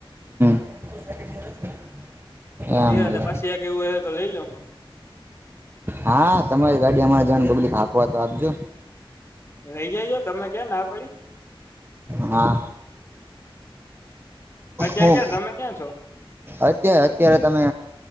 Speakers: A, on the right; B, on the left.
A: <unintelligible>
B: પણ
A: એમ છે
B: પાછી એક એવું હો તો લઈ લઉ હું.
A: હા, તમારે ગાડી અમારે જવા કબલી હાંકવા તો આપજો.
B: લઈ જજો તમે ક્યાં ના પાડી.
A: હા.
B: અત્યારે
A: હું
B: ક્યાં તમે ક્યાં છો?
A: અત્યારે અત્યારે તમે